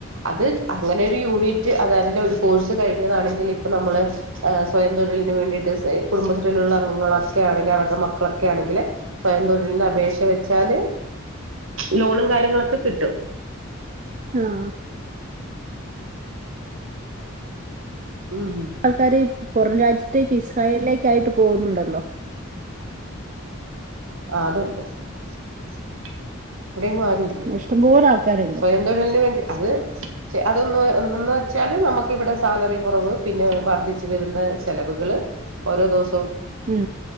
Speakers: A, on the right; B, on the right.
A: അത് അങ്ങനെ ഒരു യൂണിറ്റ് അതല്ല ഒരു കോഴ്സ് കഴിഞ്ഞതാണെങ്കിൽ ഇപ്പൊ നമ്മള് സ്വയം തൊഴിലിന് വേണ്ടിട്ട് കുടുംബശ്രീയിലുള്ള അംഗങ്ങളൊക്കെ ആണെങ്കിൽ അവരുടെ മക്കളൊക്കെ ആണെങ്കില് സ്വയം തൊഴിലിന് അപേക്ഷ വെച്ചാല് ലോണും കാര്യങ്ങളൊക്കെ കിട്ടും.
B: ആഹ്.
A: ഉം
B: ആൾക്കാര് പുറം രാജ്യത്തേക്ക് ഇസ്രായേലിലേക്ക് ആയിട്ട് പോകുന്നുണ്ടല്ലോ.
A: ആ അതുണ്ട്. <inaudible> ഇവിടെങ്ങും ആരും ഇല്ലല്ലോ
B: ഇഷ്ടംപോലെ ആൾക്കാരുണ്ട്
A: സ്വയം തൊഴിലിന് വേണ്ടി അത് അതൊന്ന് എന്തന്ന് വെച്ചാൽ നമുക്കിവിടെ സാലറി കുറവ് പിന്നെ വർദ്ധിച്ച് വരുന്ന ചെിലവുകൾ ഓരോ ദിവസവും
B: ഉം